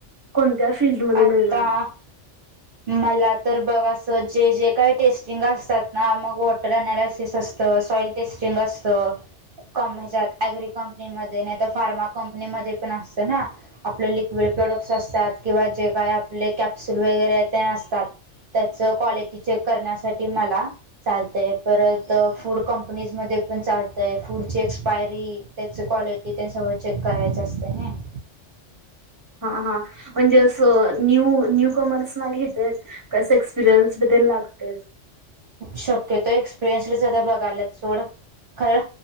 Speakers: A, on the right; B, on the right.
A: कोणत्या फिल््डमध्ये
B: आता
A: मिळणार
B: मला तर बघ असं जे जे काय टेस्टिंग असतात ना मग वॉटर अनालासिस असत सॉईल टेस्टिंग असतं क ह्याच्यात अग्री कंपनीमध्ये नाही तर फार्मा कंपनीमध्ये पण असतं ना आपलं लिक्विड प्रोडक्ट्स असतात किंवा जे काय आपले कॅप्सुल वगैरे ते असतात त्याच क्वालिटी चेक करण्यासाठी मला चालतय परत फूड कंपनीज म चाल फूड ची एक्सपायरी त्या क्वालिटी सगळं चेक करायच असत ना <inaudible>
A: हा हा म्हणजे अस न्यू न्यू कमर्स ना घेतय कस एक्सपिरय ते लागतेच.
B: शक्यतो एक्सपिरियन्सलाच बघायला सोड. खर